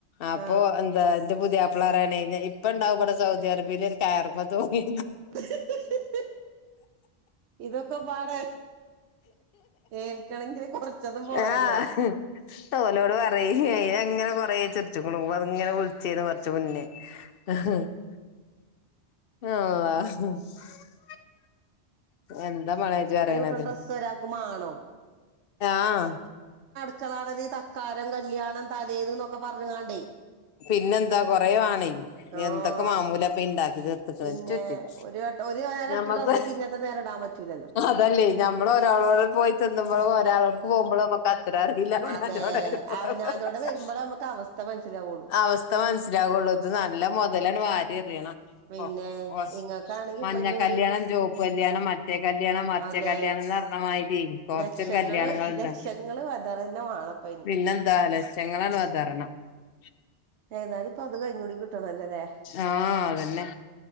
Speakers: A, on the left (about 60°); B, on the right (about 75°).
A: അപ്പൊ
B: ആഹ്
A: എന്താ <unintelligible> പുതിയാപ്പള പറേണേ ഇപ്പ ഉണ്ടാവും ഇവിട സൗദി അറേബിയേല് ഒരു കയറും മേ തൂങ്ങി
B: ആഹ് ഇതൊക്കെ പാടേ ഏൽക്കണെങ്കില് കൊറച്ചൊന്നും പോരല്ലോ
A: ആഹ് ഓലോട് പറയ- എങ്ങനെ കൊറ ചെറിച്ച അങ്ങനെ വിളിച്ചന്ന് മറിച്ച മുന്നേ <unintelligible> ആഹ <unintelligible> എന്താ മനോജ്‌ പറയണത്
B: അത് കിട്ടണ ഡ്രസ്സ് ഒരാൾക്ക് മാണം
A: ആഹ്
B: മക്കളാണത് തക്കാരം കല്യാണം തലേത് എന്നൊക്കെ പറഞ്ഞുകണ്ടേ
A: പിന്നെന്താ കൊറെയുവാണേ
B: ആഹ്
A: എന്തൊക്കെ മാമൂല അപ്പ ഇണ്ടാക്കി തീർത്തിട്ട
B: പിന്നെ
A: വറ്റി <unintelligible>
B: ഒരു വട്ട ഒരു നേരം
A: ല്ല നമ്മക്ക്-
B: ഇട്ട ഡ്രസ്സ് പിന്നത്തെ നേരം ഇടാൻ പറ്റൂലല്ലോ
A: അതല്ലേ ഞമ്മള് ഒരാളോട് പോയി തിന്നുമ്പോളോ ഒരാളോക്ക് പോകുമ്പോളോ നമക്ക്- റില്ല്മനാൻ
B: അതെ
A: ചോട പോ <unintelligible>
B: അവനാന്റോടെ വരുമ്പോളേ നമുക്ക് അവസ്ഥ മനസ്സിലാവുള്ളൂ
A: അവസ്ഥ മനസ്സിലാവുള്ളു ഇത്‌ നല്ല മൊതലാണ് വാരി എറിയണം
B: പിന്നെ
A: ഓഹ് ഓ
B: ഇങ്ങക്കാണെങ്കി
A: മഞ്ഞ
B: ഇപ്പൊ ഇനി
A: കല്യാണം
B: ഒരു
A: ചൊമപ്പ് കല്യാണം മറ്റേ കല്യാണം മരിച്ച
B: അതെ
A: കല്യാണം എന്ന് പറഞ്ഞമാതിരി - കൊറച്ച്
B: ലക്ഷങ്ങള്
A: ഒരു കല്യാണങ്ങുണ്ട
B: ലക്ഷങ്ങള് വെതറന്നെ വാണപ്പ അയിന്
A: പിന്നെ എന്താ അല്ലേ ചെങ്ങളാൻ വതാരണം <unintelligible>
B: ഏതാലും ഇപ്പ അത് കഴിഞ്ഞ കൂടി കിട്ടണല്ലേല്ലേ
A: ആഹ് അതന്നെ